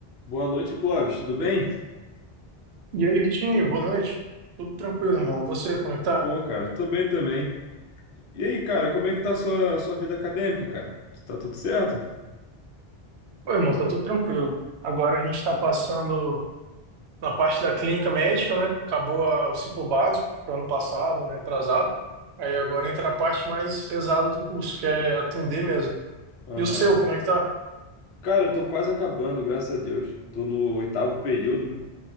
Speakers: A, on the left; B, on the right.
A: Boa noite, Clóvis. Tudo bem?
B: E aí, Vitinho, boa noite. Tudo tranquilo, irmão? Você, como
A: Muito
B: é que tá?
A: bom, cara. Tô bem também. E aí, cara, como é que tá a sua, sua vida acadêmica, cara? Tá tudo certo?
B: Ô irmão, tá tudo tranquilo. Agora a gente tá passando na parte da clínica médica, né? Acabou a- o ciclo básico do ano passado, né? Atrasado. Aí agora entra a parte mais pesada do curso, que é atender mesmo.
A: Aham.
B: E o seu, como é que tá?
A: Cara, eu tô quase acabando, graças a Deus. Tô no oitavo período, né?